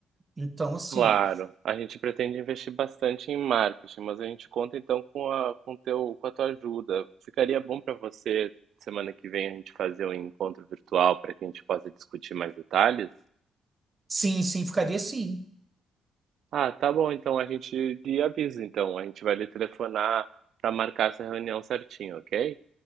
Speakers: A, on the right; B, on the right.
A: então, assim,
B: Claro, a gente pretende investir bastante em marketing, mas a gente conta então com a, com teu, com a tua ajuda. Ficaria bom para você, semana que vem, a gente fazer um encontro virtual para que a gente possa discutir mais detalhes?
A: sim, sim, ficaria sim,
B: Ah, tá bom, então a gente lhe avisa, então. A gente vai lhe telefonar para marcar essa reunião certinho, ok?